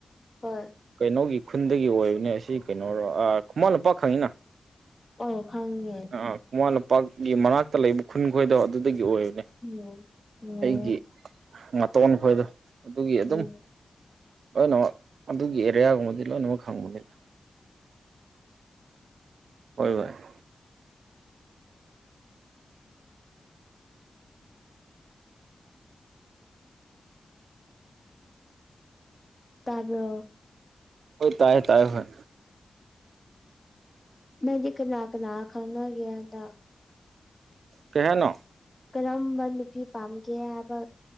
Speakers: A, on the left; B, on the right.
A: ꯍꯣꯏ
B: ꯀꯩꯅꯣꯒꯤ ꯈꯨꯟꯗꯒꯤ ꯑꯣꯏꯕꯅꯦ ꯑꯁꯤ ꯀꯩꯅꯣꯔꯣ ꯈꯨꯃꯥ ꯅꯨꯄꯥ ꯈꯪꯉꯤꯅ
A: ꯑꯣ ꯈꯪꯉꯦ
B: ꯑꯥ ꯈꯨꯃꯥ ꯂꯝꯄꯥꯛꯀꯤ ꯃꯅꯥꯛꯇ ꯂꯩꯕ ꯈꯨꯟ ꯈꯣꯏꯗꯣ ꯑꯗꯨꯗꯒꯤ ꯑꯣꯏꯕꯅꯦ
A: ꯎꯝ ꯎꯝ
B: ꯑꯩꯒꯤ ꯉꯥꯇꯣꯟ ꯈꯣꯏꯗ ꯑꯗꯨꯒꯤ ꯑꯗꯨꯝ
A: ꯎꯝ
B: ꯂꯣꯏꯅꯃꯛ ꯑꯗꯨꯒꯤ ꯑꯦꯔꯤꯌꯥꯒꯨꯝꯕꯗꯤ ꯂꯣꯏꯅꯃꯛ ꯈꯪꯕꯅꯤꯗ ꯍꯣꯏ ꯍꯣꯏ
A: ꯇꯥꯕꯔꯣ
B: ꯍꯣꯏ ꯇꯥꯏꯌꯦ ꯇꯥꯏꯌꯦ ꯍꯣꯏ
A: ꯅꯪꯗꯤ ꯀꯅꯥꯀꯅꯥ ꯈꯪꯅꯒꯦ ꯍꯟꯗꯛ
B: ꯀꯩꯍꯥꯏꯅꯣ
A: ꯀꯔꯝꯕ ꯅꯨꯄꯤ ꯄꯥꯝꯒꯦ ꯍꯥꯏꯕ